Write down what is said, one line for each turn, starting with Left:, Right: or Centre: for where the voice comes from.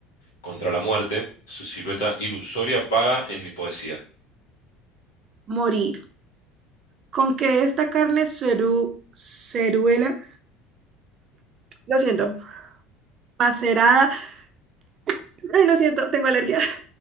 Left: contra la muerte, su silueta ilusoria vaga en mi poesía.
Right: Morir. Con que esta carne ceru, ceruela, lo siento, macerada, <laughs> ay, lo siento, tengo alergia.